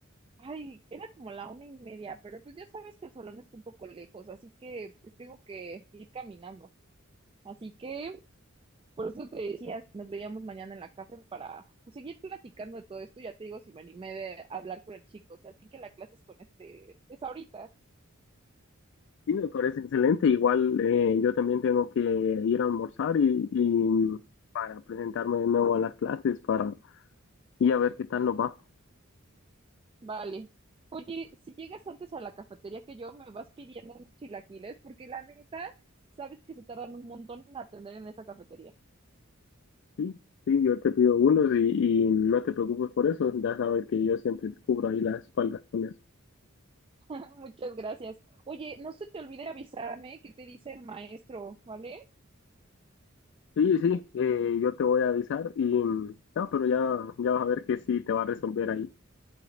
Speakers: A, on the right; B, on the left.
A: Ay, era como la una y media, pero pues ya sabes que el salón está un poco lejos, así que pues tengo que ir caminando. Así que por eso te decía, si nos veíamos mañana en la café para pues, seguir platicando de todo esto. Ya te digo si me animé de hablar con el chico, o sea, a ti que la clase es con este, es ahorita.
B: Sí, me parece excelente. Igual eh, yo también tengo que ir a almorzar y, y para presentarme de nuevo a las clases para y a ver qué tal nos va.
A: Vale. Oye, si llegas antes a la cafetería que yo, me vas pidiendo unos chilaquiles, porque la neta, sabes que se tardan un montón en atender en esa cafetería.
B: Sí, sí, yo te pido unos y, y no te preocupes por eso, ya sabes que yo siempre te cubro ahí la espalda con eso.
A: <laughs> Muchas gracias. Oye, no se te olvide avisarme qué te dice el maestro, ¿vale?
B: Sí, sí, eh, yo te voy a avisar y mm, no, pero ya, ya vas a ver que sí te va a resolver ahí.